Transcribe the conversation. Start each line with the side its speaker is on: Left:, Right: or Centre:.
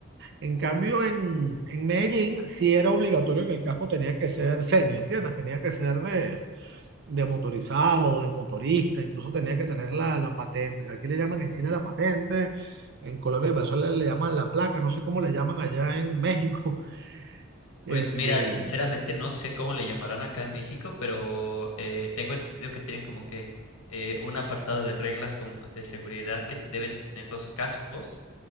Right: En cambio, en, en Medellín sí era obligatorio que el casco tenía que ser serio, ¿entiendes? Tenía que ser de, de motorizado, de motorista, incluso tenía que tener la, la patente, que aquí le llaman en Chile la patente, en Colombia y Venezuela le llaman la placa, no sé cómo le llaman allá en México. <laughs> Este,
Left: Pues mira, sinceramente no sé cómo le llamarán acá en México, pero eh, tengo entendido que tienen como que eh, un apartado de reglas como de seguridad que deben de tener los cascos